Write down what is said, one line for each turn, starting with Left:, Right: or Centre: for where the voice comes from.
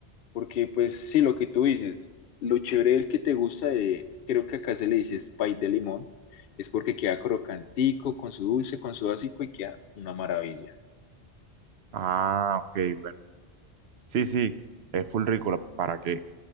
Left: Porque pues sí, lo que tú dices, lo chévere del que te gusta, de, creo que acá se le dice pie de limón, es porque queda crocantico, con su dulce, con su básico y queda una maravilla.
Right: Ah, ok, bueno. Sí, sí, es full rico, la- ¿para qué?